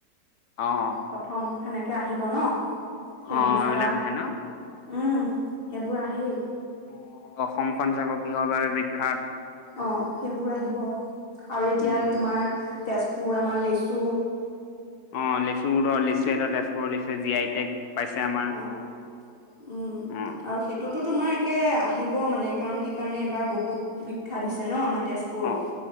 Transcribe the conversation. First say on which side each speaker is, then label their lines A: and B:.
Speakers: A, on the left; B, on the left.
A: অ', অ'।
B: প্ৰথম সেনেকে আহিব ন' সেইবোৰ
A: অ
B: চাবা।
A: এইবিলাক হে ন
B: উম, সেইবোৰ আহেই।
A: অ অসমখন চাগৈ কিহৰ বাবে বিখ্যাত!
B: অ', সেইবোৰ আহিব আৰু এতিয়া
A: উম
B: তোমাৰ তেজপুৰ আমাৰ লেচু
A: অ', লেচু ধৰ লেচি এটা তেজুপুৰ লিচু জি আই টেগ পাইছে আমাৰ
B: অ', উম,
A: অ
B: আৰু সেই এইটোতো তোমাৰ একে আহিব মানে কাৰণ কি কাৰণে এইবাৰ বহুত বিখ্যাত হৈছে ন' আমাৰ তেজপুৰত।
A: অ